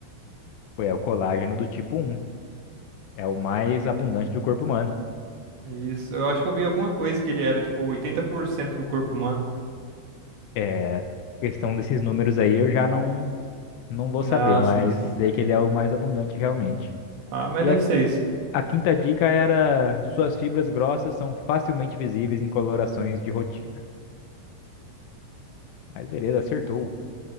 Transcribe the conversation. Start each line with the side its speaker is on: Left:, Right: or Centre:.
Left: foi é o colágeno do tipo um, É o mais abundante do corpo humano.
Right: Isso, eu acho que eu vi alguma coisa que ele era, tipo, 80% do corpo humano.
Left: É, questão desses números aí eu já não não vou saber,
Right: Ah,
Left: mas
Right: sim, sim.
Left: sei que ele é o mais abundante realmente.
Right: Ah, mas
Left: E
Right: deve
Left: a,
Right: ser isso.
Left: a quinta dica era suas fibras grossas são facilmente visíveis em colorações de rotina. Mas beleza, acertou.